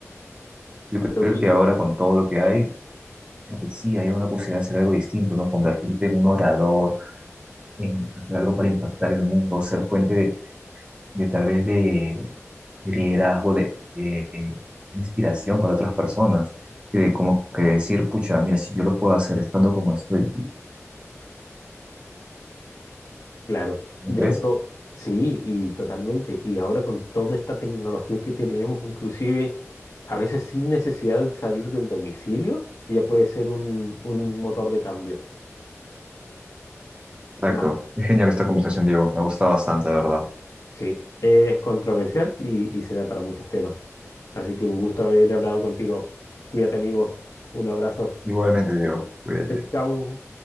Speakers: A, on the right; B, on the left.
A: yo
B: pero
A: creo
B: bien.
A: que ahora con todo lo que hay, creo que sí hay una posibilidad de hacer algo distinto, ¿no? Convertirte en un orador, en hacer algo para impactar el mundo, ser fuente de, de tal vez de, de liderazgo, de, de inspiración para otras personas. Y de como que decir, pucha, mira, si yo lo puedo hacer estando como estoy,
B: Claro,
A: ¿no
B: de
A: ves?
B: hecho, sí, y totalmente. Y ahora con toda esta tecnología que tenemos, inclusive a veces sin necesidad de salir del domicilio, ya puede ser un, un motor de cambio.
A: Exacto.
B: Bas-
A: Es genial esta conversación, Diego. Me gusta bastante, de verdad.
B: Sí, es controversial y, y se da para muchos temas. Así que un gusto haber hablado contigo. Cuídate, amigo. Un abrazo.
A: Igualmente, Diego, cuídate.
B: Eh, Chao.